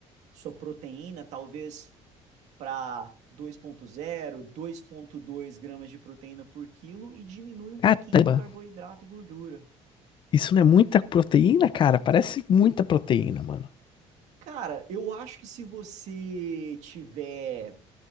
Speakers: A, on the right; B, on the left.
A: sua proteína, talvez para 2.0, dois gramas de proteína por quilo e diminui um pouquinho
B: Caramba!
A: no carboidrato e gordura.
B: Isso não é muita proteína, cara? Parece muita proteína, mano.
A: Cara, eu acho que se você tiver